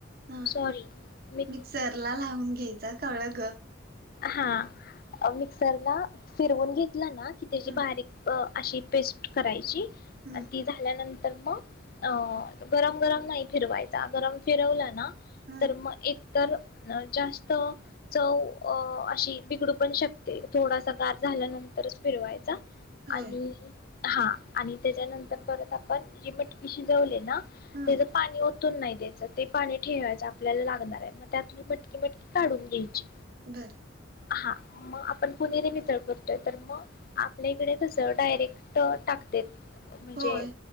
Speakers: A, on the right (about 50°); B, on the left (about 50°).
A: हा
B: सॉरी मी
A: मिक्सरला लावून घ्यायच कळग
B: हा मिक्सरला फिरवून घेत ला ना की तेची
A: हम्म
B: बारीक अशी पेस्ट करायची
A: हम्म
B: ती झाल्यानंतर तर मग गरम गरम नाही फिरवायचा गरम फिरवला ना
A: हम्म
B: तर मग एक तर जास्त चव अ अशी बिघडू पण शकते थोडासा गार झाल्यानंतरच फिरवायचा.
A: होय
B: आणि. हा आणि त्याच्यानंतर परत आपण ही मटकी शिजवले ना.
A: हम्म
B: तेज पाणी ओ ओतून नाही द्यायचं ते पाणी ठेवायचं आपल्याला लागणार आहे मग त्यातली मटकी मटकी काढून घ्यायची.
A: घर.
B: हा मग आपणपुणेरी मिसळ करतोय तर मग आपल्या इकडे कस डायरेक्ट टाकतय. म्हणजे,
A: होय